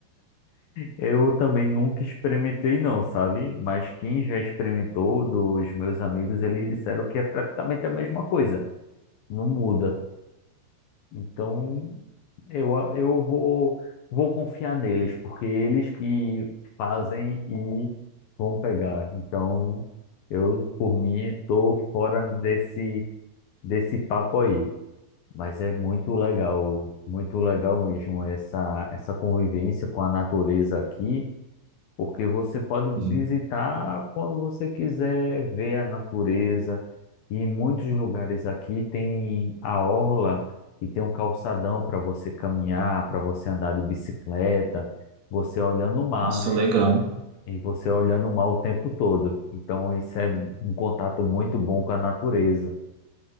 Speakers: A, on the left; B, on the right.
A: Eu também nunca experimentei não, sabe? Mas quem já experimentou dos meus amigos, eles disseram que é praticamente a mesma coisa, não muda. Então, eu, a- eu vou, vou confiar neles, porque eles que fazem e vão pegar. Então, eu, por mim, tô fora desse, desse papo aí. Mas é muito legal, muito legal mesmo essa, essa convivência com a natureza aqui porque você pode visitar
B: Sim.
A: quando você quiser ver a natureza. E em muitos lugares aqui tem a orla e tem um calçadão para você caminhar, para você andar de bicicleta, você olhando o mar,
B: Nossa,
A: né?
B: legal.
A: E você olhando o mar o tempo todo. Então isso é um contato muito bom com a natureza.